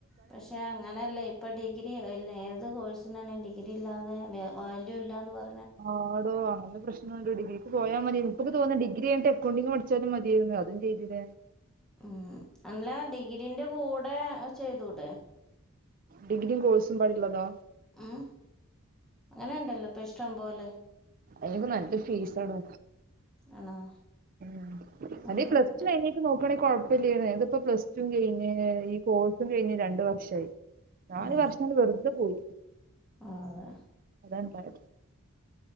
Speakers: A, in the centre; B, on the right (about 40°).
A: പക്ഷെ അങ്ങനെയല്ല ഇപ്പ ഡിഗ്രി രി ഒൽ ഏത് കോഴ്സിനാണെ ഡിഗ്രി ഇല്ലാതെ വേ വാല്യൂ ഇല്ലാന്ന് പർ
B: ആടോ അഹ് അന്ന് പ്രശ്നംണ്ട് ഡിഗ്രിക്ക് പോയാ മതിയേര്ന്ന് ഇപ്പക്ക് തോന്ന ഡിഗ്രി കൈഞ്ഞിട്ട് അക്കൗണ്ടിംങ് പഠിച്ചാലും മതിയായിരുന്നു. അതും ചെയ്തില്ല.
A: ഉം അല്ല ഡിഗ്രീന്റെ കൂടെ ചെയ്തൂടേ?
B: ഡിഗ്രിം കോഴ്സും മ്പാടിള്ളതോ
A: ഉം അങ്ങനെണ്ടല്ലോ ഇപ്പ ഇഷ്ടം പോലെ
B: അതിനോക്കെ നല്ല ഫീസാണ്
A: ആണോ
B: ഉം
A: ആഹ്
B: അതെ പ്ലസ് ടു കഴിഞ്ഞിട്ട് നോക്കുയാണെങ്കിൽ കൊ - പ്പ യില്ലെന്നു ഇതിപ്പോ പ്ലസ് കഴിഞ്ഞ് ഈ കോഴ്സും കഴിഞ്ഞ് രണ്ടു വർഷമായി നാല്
A: ഉം
B: വർഷം അങ്ങട് വെറുതെ പോയി
A: അതെ
B: അതാണ്ടായെ